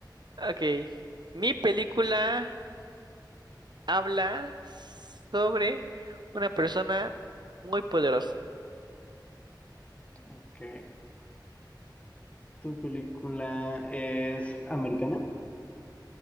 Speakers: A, on the right (about 70°); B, on the left (about 15°).
A: Ok, mi película habla sobre una persona muy poderosa.
B: Ok. Tu película es americana.